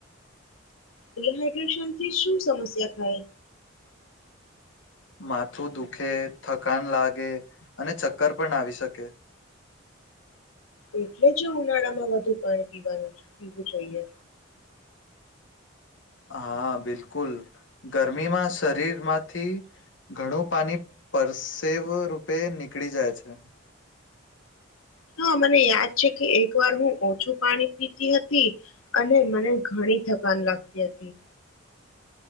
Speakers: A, on the left; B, on the left.
A: ડી હાઈડ્રેશન થી શું સમસ્યા થાય
B: માથું દુઃખે થકાન લાગે અને ચક્કર પણ આવી શકે
A: એટલે જ ઉનાળામાં વધુ પાણી પીવાનું પીવું જોઈએ
B: હા બિલકુલ કુલ ગરમીમાં શરીરમાંથી ઘણું પાણી પરસેવ રૂપે નીકળી જાય છે
A: હા મને છે કે એક વાર હું ઓછું પાણી પીતી હતી અને મને ઘણી થકાન લાગતી હતી